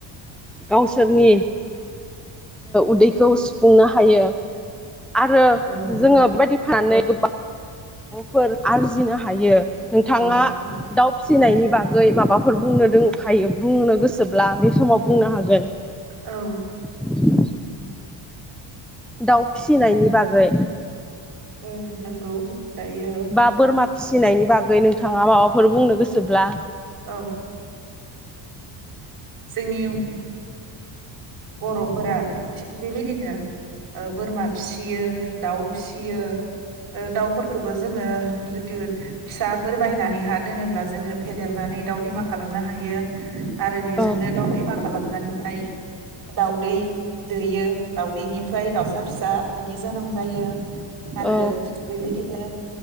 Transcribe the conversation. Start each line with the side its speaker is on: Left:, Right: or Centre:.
Centre: गावसोरनि उदैखौ सुफुंनो हायो। आरो
Right: औ नंगौ
Centre: जोङो बायदि फाननानै <inaudible> न'फोर आरजिनो हायो। नोंथाङा
Right: औ नंगौ
Centre: दाउ फि सिनायनि बागै मा बाफोर बुंनो दोंखायो बुंनो गोसोब्ला बे समाव बुंनो हागोन।
Right: औ
Centre: <inaudible> दाउ फिसिनायनि बागै
Right: उम नंगौ। दायो
Centre: बा बोरमा फिसिनायनि बाग गै नोंथाङा माबाफोर बुंनो गोसोब्ला
Right: औ जोंनि ओ बर'फोरा थिग बेबायदिनो बोरमा फिसियो दाउ फिसियो दाउफोरखौबो जोङो जितु फिसाफोर बायनानै हा दोनोब्ला जोङो फेदेरनानै दाउ बिमा खालामनो हायो आरो जोंनो
Centre: औ
Right: दाउ बिमा खालाम दानिहाय दाउदै दैयो दाउदैनिफ्राय दाउसा फिसा बिदि जोनोम जायो। आरो
Centre: औ
Right: बेबायदिनो